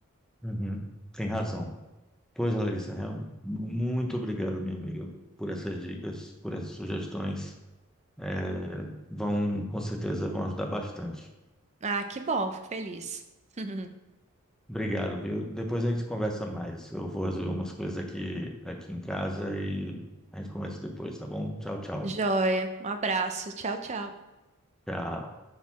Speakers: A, in the centre; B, on the right (about 30°).
A: Uhum. Tem razão. Pois, Larissa, real- muito obrigado, minha amiga, por essas dicas, por essas sugestões. É, vão, com certeza, vão ajudar bastante.
B: Ah, que bom, fico feliz. <laughs>
A: Obrigado, viu? Depois a gente conversa mais. Eu vou resolver umas coisas aqui, aqui em casa e a gente conversa depois, tá bom? Tchau, tchau.
B: Joia, um abraço, tchau, tchau.
A: Tchau.